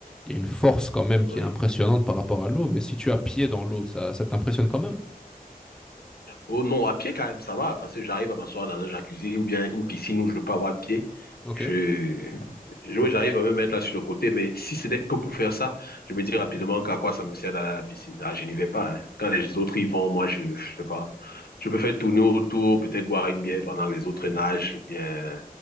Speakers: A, in the centre; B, on the left.
A: Il y a une force quand même qui
B: Oui.
A: est impressionnante par rapport à l'eau. Mais si tu as pied dans l'eau, ça, ça t'impressionne quand même.
B: Oh non, à pied quand même, ça va, parce que j'arrive à m'asseoir dans un jacuzzi ou bien une piscine où je peux avoir pied.
A: Ok.
B: Je,
A: <laughs>
B: ouais, j'arrive à me mettre là sur le côté, mais si c'était que pour faire ça, je me dis rapidement qu'à quoi ça me sert d'aller à la piscine. Ah, je n'y vais pas, hein. Quand les autres y vont, moi, je, je sais pas. Je peux faire tourner autour, peut-être boire une bière pendant que les autres nagent, ou bien,